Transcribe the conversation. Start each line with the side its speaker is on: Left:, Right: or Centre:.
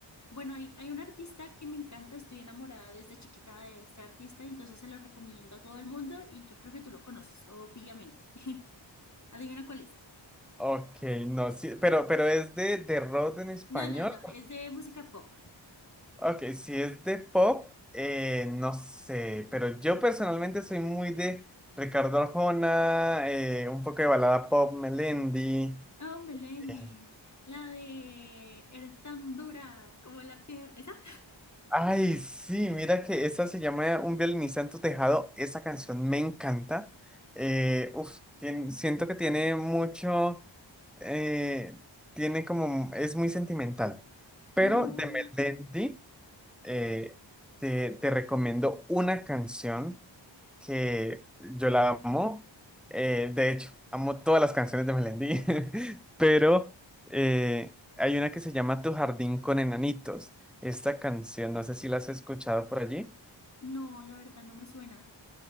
Left: Bueno, hay, hay un artista que me encanta, estoy enamorada desde chiquita de este artista, entonces se lo recomiendo a todo el mundo y yo creo que tú lo conoces, obviamente. <laughs> Adivina cuál es.
Centre: Ok, no, sí, pero, pero es de, de rock en español.
Left: No, no, no, es de música pop.
Centre: Ok, si es de pop, eh, no sé, pero yo personalmente soy muy de Ricardo Arjona, eh, un poco de balada pop, Melendi.
Left: Oh, Melendi,
Centre: eh,
Left: la de Eres tan dura como la piedra. ¿Esa?
Centre: Ay, sí, mira que esa se llama Un violinista en tu tejado, esa canción me encanta. Eh, uf, tien- siento que tiene mucho, eh, tiene como, es muy sentimental. Pero
Left: No,
Centre: de Melendi. eh, te, te recomiendo una canción que yo la amo. eh, de hecho, amo todas las canciones de Melendi, <laughs> pero eh, hay una que se llama Tu jardín con enanitos. Esta canción, no sé si la has escuchado por allí.
Left: no, la verdad no me suena.